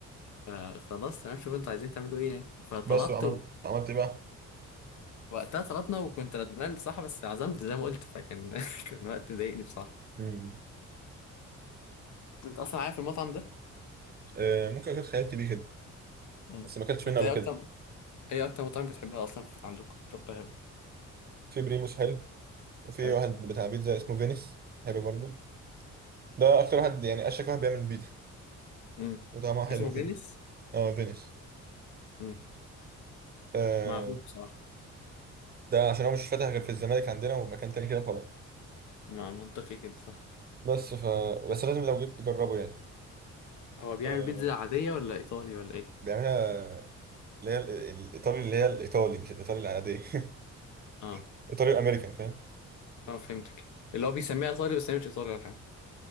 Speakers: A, on the left; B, on the right.
A: فخلاص تمام شوف انتوا عايزين تعملوا ايه يعني فطلبت
B: بس وعملت عملت ايه بقى؟
A: وقتها طلبنا وكنت ندمان بصراحة بس عزمت زي ما قلت فكان <laughs> كان وقت مضايقني بصراحة
B: مم.
A: انت اصلا عارف المطعم ده
B: آه ممكن اكون خيالت بيه كده
A: مم.
B: بس ما اكلتش
A: انت
B: منه قبل
A: ايه
B: كده
A: اكتر ايه اكتر مطعم بتحبها اصلا في... عندكم في القاهرة
B: في بريموس حلو وفي
A: حلو
B: واحد بتاع بيتزا اسمه فينيس حلو برضه ده اكتر واحد يعني اشك واحد بيعمل البيتزا
A: مم.
B: وطعمها حلو
A: اسمه
B: كده
A: فينيس
B: اه فينيس
A: مم.
B: آه
A: ما اعرفوش بصراحة
B: ده عشان هو مش فاتح غير في الزمالك عندنا ومكان تاني كده خلاص
A: ما منطقي كده صح
B: بس ف بس لازم لو جيت تجربه يعني
A: هو بيعمل
B: آه
A: بيتزا عادية ولا ايطالي ولا ايه
B: بيعملها اللي هي ال- ال- الايطالي اللي هي الايطالي مش الايطالي العاديه <laughs>
A: اه
B: الايطالي الامريكان فاهم
A: اه فهمتك اللي هو بيسميها ايطالي بس هي مش ايطالي ولا حاجة